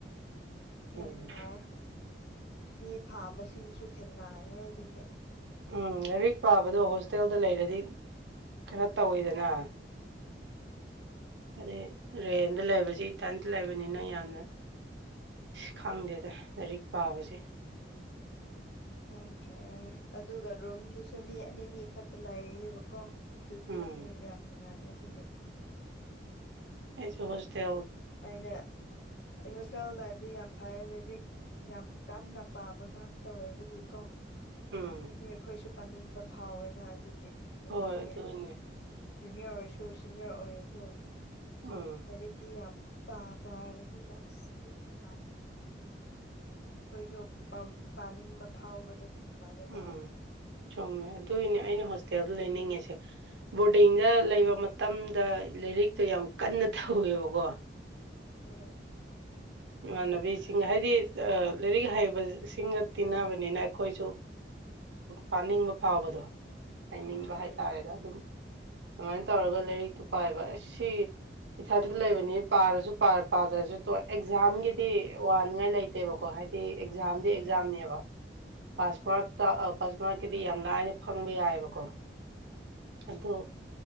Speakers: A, on the right (about 80°); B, on the left (about 70°).
A: ꯎꯝ
B: ꯌꯥꯝ ꯅꯨꯡꯉꯥꯏ ꯃꯤ ꯐꯥꯝꯕꯁꯤꯡꯁꯨ ꯊꯦꯡꯅꯑꯦ ꯑꯗꯨꯒꯤ
A: ꯎꯝ ꯔꯤꯛ ꯄꯥꯕꯗꯣ ꯍꯣꯁꯇꯦꯜꯗ ꯂꯩꯔꯗꯤ ꯈꯔ ꯇꯧꯋꯤꯗꯅ ꯑꯗꯩ ꯔꯦꯟꯗ ꯂꯩꯕꯁꯤ ꯏꯇꯟꯇ ꯂꯩꯕꯅꯤꯅ ꯌꯥꯝꯅ ꯁꯤ ꯈꯪꯗꯦꯗ ꯂꯥꯏꯔꯤꯛ ꯄꯥꯕꯁꯦ
B: ꯍꯪꯗ꯭ꯔꯦ ꯑꯗꯨꯒ ꯔꯨꯝꯗꯨꯁꯨ ꯃꯤ ꯑꯅꯤꯅꯤ ꯈꯛꯇ ꯂꯩꯌꯦꯕꯀꯣ ꯑꯗꯨꯗꯤ
A: ꯎꯝ
B: ꯅꯨꯡ ꯌꯥꯝ ꯅꯨꯡꯉꯥꯏ ꯑꯗꯨꯒꯤ
A: ꯑꯩꯁꯨ ꯍꯣꯁꯇꯦꯜ
B: ꯑꯩꯅ ꯑꯩ ꯍꯣꯁꯇꯦꯜ ꯂꯕꯗꯤ ꯌꯥꯝ ꯐꯔꯦ ꯂꯥꯏꯔꯤꯛ ꯌꯥꯝ ꯀꯥꯟꯅ ꯄꯥꯕ ꯉꯥꯛ ꯇꯧꯋꯦꯕꯒꯤꯀꯣ
A: ꯎꯝ
B: ꯍꯣꯏ ꯑꯩꯈꯣꯏꯁꯨ ꯄꯥꯅꯤꯡꯕ ꯐꯥꯎꯋꯦꯅ ꯑꯗꯨꯒꯤ ꯅꯨꯡꯉꯥꯏꯌꯦ
A: ꯍꯣꯏ ꯑꯗꯨꯅꯦ
B: ꯖꯨꯅꯤꯌꯔ ꯑꯣꯏꯔꯁꯨ ꯁꯤꯅꯤꯌꯔ ꯑꯣꯏꯔꯁꯨ ꯑꯗꯨ
A: ꯎꯝ
B: <unintelligible> ꯌꯥꯝ ꯄꯥ ꯄꯕꯅꯤ ꯑꯁ ꯅꯨꯡꯉꯥꯏ ꯑꯩꯈꯣꯏꯁꯨ ꯄꯥꯅꯤꯡꯕ ꯐꯥꯎꯕꯗꯣ ꯁꯨꯃꯥꯏꯅ ꯇꯧꯋꯦ
A: ꯎꯝ ꯆꯨꯝꯃꯦ ꯑꯗꯨꯏꯅꯦ ꯑꯩꯅ ꯍꯣꯁꯇꯦꯜꯗ ꯂꯩꯅꯤꯡꯉꯤꯁꯦ ꯕꯣꯔꯗꯤꯡꯗ
B: ꯎꯝ
A: ꯂꯩꯕ ꯃꯇꯝꯗ ꯂꯥꯏꯔꯤꯛꯇꯣ ꯌꯥꯝ ꯀꯟꯅ ꯇꯧꯋꯦꯕꯀꯣ
B: ꯎꯝ
A: ꯏꯃꯥꯟꯅꯕꯤꯁꯤꯡꯒ ꯍꯥꯏꯗꯤ ꯂꯥꯏꯔꯤꯛ ꯍꯩꯕ ꯁꯤꯡꯒ ꯇꯤꯟꯅꯕ ꯅꯤꯅ ꯑꯩꯈꯣꯏꯁꯨ ꯄꯥꯅꯤꯡꯕ ꯐꯥꯎꯕꯗꯣ ꯍꯥꯏꯅꯤꯡꯕ
B: ꯎꯝ
A: ꯍꯥꯏꯇꯥꯔꯦꯒ ꯑꯗꯨꯝ ꯑꯗꯨꯃꯥꯏꯅ ꯇꯧꯔꯒ ꯂꯥꯏꯔꯤꯛꯇꯨ ꯄꯥꯏꯕ ꯁꯤ ꯏꯁꯥꯗꯨ ꯂꯩꯕꯅꯤ ꯄꯥꯔꯁꯨ ꯄꯥ ꯄꯗꯔꯁꯨ ꯇꯣꯛꯑꯦ ꯑꯦꯛꯖꯥꯝꯒꯤꯗꯤ ꯋꯥꯅꯤꯡꯉꯥꯏ ꯂꯩꯇꯦꯕꯀꯣ ꯍꯥꯏꯗꯤ ꯑꯦꯛꯖꯥꯝꯗꯤ
B: ꯎꯝ
A: ꯑꯦꯛꯖꯥꯝꯅꯦꯕ ꯄꯥꯁꯃꯥꯔꯠꯇ ꯄꯥꯁꯃꯥꯔꯛꯀꯤꯗꯤ ꯌꯥꯝ ꯂꯥꯏꯅ ꯐꯪꯕ ꯌꯥꯏꯑꯕꯀꯣ ꯑꯗꯣ